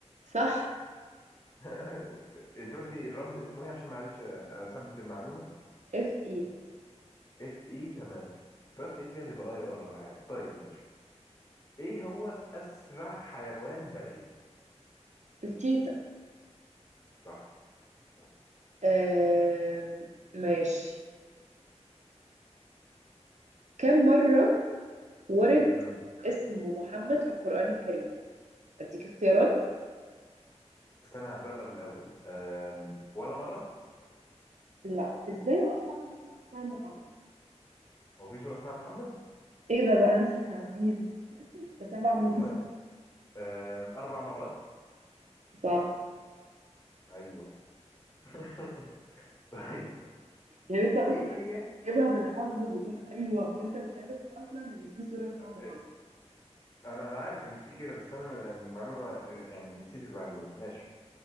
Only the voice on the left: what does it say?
<laughs> انت قلتي الرمز اسمه ايه عشان معلش اثبت المعلومة
اف اي تمام فكرت اف اي هتبقى اي ار ولا حاجه طيب ماشي ايه هو اسرع حيوان بري
صح صح
امم
استنى هجرب الاول أم... ولا مره
هو في سوره اسمها محمد
والله أم... اربع مرات
ايوه <laughs> طيب
ايه هي
آه،
انا انا عارف ان في كده بس انا يعني المعلومه آه، يعني نسيت المعلومه ماشي